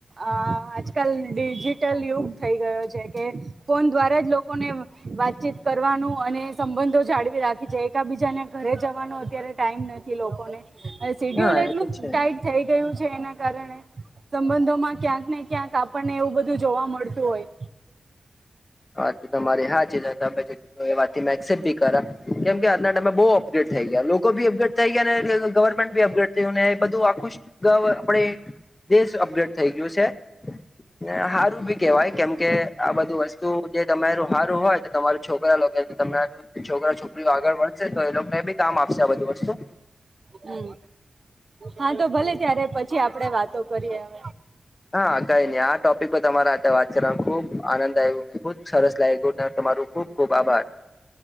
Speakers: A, on the right; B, on the left.
A: આજકાલ ડિજિટલ યુગ થઈ ગયો છે કે ફોન દ્વારા જ લોકોને વાતચીત કરવાનું. અને સંબંધો જાળવી રાખી છેએકબીજાને ઘરે જવાનો અત્યારે ટાઈમ નથી લોકોને સીડ્યુલ
B: હા
A: એટલું
B: એ તો છે
A: ટાઈટ થઈ ગયું છે એના કારણે સંબંધો માં ક્યાંક ને ક્યાંક આપણને એવું બધું જોવા મળતું હોય.
B: હા તો તમારે હા ચી વાત મેસેપ બી કરા કેમ કે આજના ટાઈમે બહુ અપગ્રેડ થઈ ગયા લોકો બી અપગ્રેડ થઈ ગયા ને ગવર્મેન્ટ બી અપગ્રેડ થયું ને એ બધું ખુશ આપણે દેશ અપગ્રેડ થઈ ગયો છે. સારું ભી કેવાય કેમ કે આ બધું વસ્તુ તું જે તમારું હારું હોય તો તમારું છોકરા લો કે તમાું છોકરા છોકરા આગળ વધશે તો એ લોકોને બી કામ આપશે આ બધી વસ્તુ
A: હમ હા તો ભલે ત્યારે પછી આપડે વાતો કરીએ હ
B: હા ક <unintelligible> ટોપિક તમારા સાથે વાત કરવાનો ખુબ આનંદ આવ્યો ખુબ સરસ લાગ ગ તમારોું ખુબ ખુબ આભાર. <inaudible>